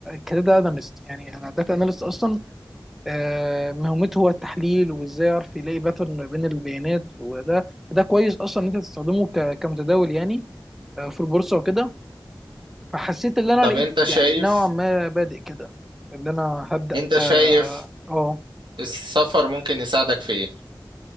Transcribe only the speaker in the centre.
كداتا اناليست يعني انا داتا اناليست اصلا آه، مهمته هو التحليل وازاي اعرف يلاقي باترن ما بين البيانات وده ده كويس اصلا ان انت تستخدمه ك... كمتداول يعني آه، في البورصه وكده فحسيت ان انا
لقيت
يعني نوعا ما بادئ كده ان انا هبدا
اه
آه، آه،